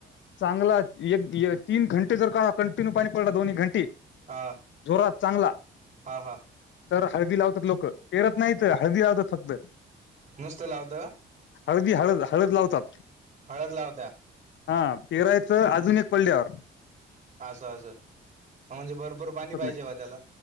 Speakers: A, on the left; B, on the right.
A: चांगला एक तीन घंटे जर का कंटिन्यू पाणी पडला दोन्ही घंटी
B: हा
A: जोरात चांगला
B: हा हा
A: तर हळदी लावतात लोक परत नाहीत हळदी लावतात फक्त
B: नुसतं लावता का
A: हळदी हळद हळद लावतात
B: हळद ला होत्या
A: हा पेरायचं अजून एक पल्ड्यावर
B: अस म्हणजे भरपूर पाणी पाहिजे
A: नाही
B: वा त्याला